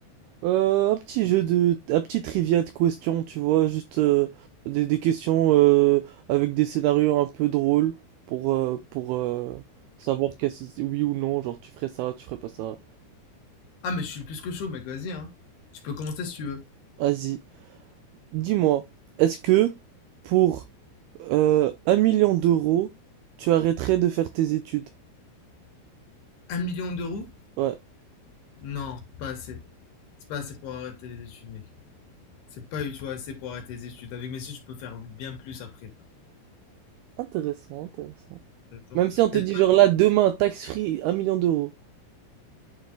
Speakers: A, on the right; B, on the left.
A: Euh, un petit jeu de, un petit trivia de questions, tu vois, juste euh, des, des questions euh, avec des scénarios un peu drôles pour, euh, pour euh, savoir qu'est-ce, oui ou non, genre tu ferais ça, tu ferais pas ça.
B: Ah mais je suis plus que chaud mec, vas-y hein. Tu peux commencer si tu veux.
A: Vas-y, dis-moi, est-ce que pour euh, un million d'euros, tu arrêterais de faire tes études?
B: Un million d'euros?
A: Ouais,
B: Non, c'est pas assez. C'est pas assez pour arrêter les études mec. C'est pas du tout assez pour arrêter les études. Avec mes études je peux faire bien plus après.
A: intéressant, intéressant.
B: Attends.
A: Même si on te
B: Et
A: dit genre là, demain, tax free, un million d'euros.